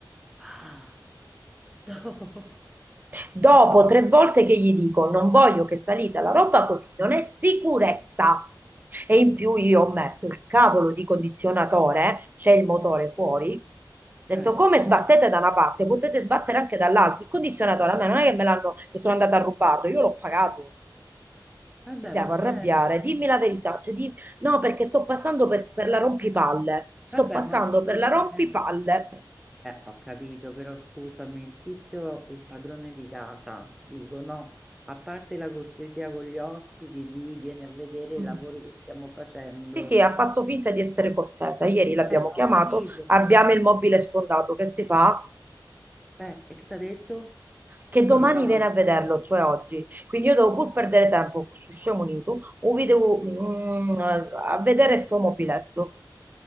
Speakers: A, in the centre; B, on the right.
A: Ah, no.
B: Dopo tre volte che gli dico non voglio che salita la roba così, non è sicurezza. E in più io ho messo il cavolo di condizionatore, c'è il motore fuori. Ho detto
A: Eh,
B: come sbattete da una parte, potete sbattere anche dall'altra. Il condizionatore a me non è che me l'hanno, che sono andata a rubarlo, io l'ho pagato.
A: vabbè,
B: Mi devo
A: ma c'è...
B: arrabbiare, dimmi la verità. Cioè, di- No, perché sto passando per, per la rompipalle. Sto
A: Vabbè,
B: passando
A: ma scusami.
B: per la rompipalle.
A: Eh, Eh, ho capito, però scusami, il tizio, il padrone di casa, dico no, a parte la cortesia con gli ospiti di vieni a vedere
B: Mm.
A: i lavori che stiamo facendo.
B: Sì, sì, ha fatto finta di essere cortese. Ieri l'abbiamo
A: Eh,
B: chiamato,
A: ho capito.
B: abbiamo il mobile sfondato. Che si fa?
A: Eh, e che ti ha detto?
B: Che
A: Lo
B: domani
A: risolve?
B: viene a vederlo, cioè oggi. Quindi io devo pur perdere tempo con sto scemo unito, o vi devo mm, a vedere sto mobiletto.